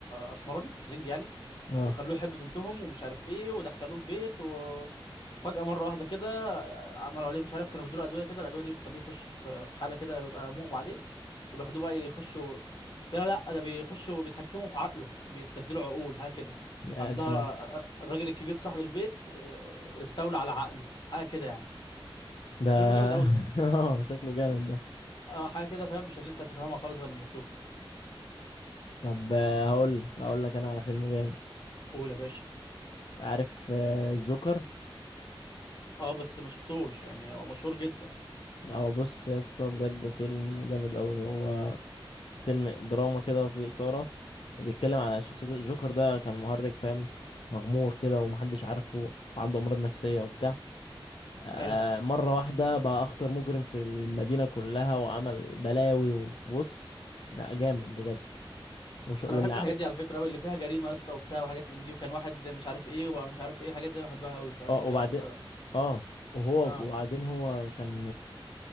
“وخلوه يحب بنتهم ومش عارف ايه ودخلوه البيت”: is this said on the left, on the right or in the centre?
Left